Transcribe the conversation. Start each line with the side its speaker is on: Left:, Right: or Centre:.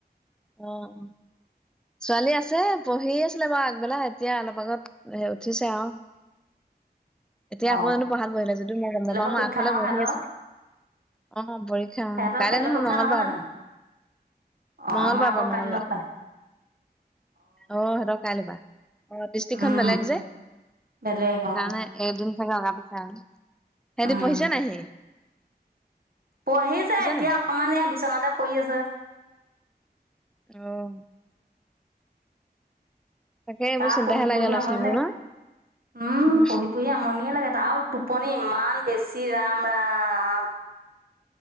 Centre: অ', ছোৱালী আছে পঢ়ি আছিলে বাৰু আগবেলা এতিয়া অলপ আগত উঠিছে আৰু। এতিয়া
Right: অ
Centre: আকৌ জানো পাহ বহিলে যদিও মই
Right: কাইলৈৰ
Centre: গম নাপাওঁ
Right: পৰা
Centre: মই
Right: পৰীক্ষা
Centre: আগফালে
Right: নহয়
Centre: বহি
Right: সিহঁতৰ
Centre: আছো অ', পৰীক্ষা অ',
Right: সিহঁতৰ
Centre: কাইলে
Right: কাইলৈ
Centre: নহয়
Right: পৰীক্ষা
Centre: মংগলবাৰ
Right: জানো
Centre: পা
Right: অ
Centre: মংগলবাৰ
Right: আমাৰ আকৌ
Centre: পৰা মংগলবাৰ
Right: কাইলৈ পৰা
Centre: অ', সিহতৰ কাই বা অ', ডিষ্ট্ৰিক্খন
Right: উম
Centre: বেলেগ যে
Right: বেলেগ
Centre: সেইটো
Right: অ
Centre: কাৰণে <unintelligible> অগা পিছা সিহঁতে
Right: উম
Centre: পঢ়িছে নেহি
Right: পঢ়িছে এতিয়া
Centre: নাই
Right: অকমান এয়া বিচনাতে পৰি আছে।
Centre: অ'। তাকে এইবোৰ
Right: তাৰ
Centre: চিন্তাহে
Right: পঢ়ি,
Centre: লাগে
Right: পঢ়ি
Centre: ল'ৰা
Right: আমনি
Centre: ছোৱালীবোৰ
Right: লাগে
Centre: ন
Right: উম,
Centre: উম
Right: পঢ়ি, পঢ়ি আমনিয়ে লাগে তাৰ টোপনি ইমান বেছি ৰাম, ৰাম।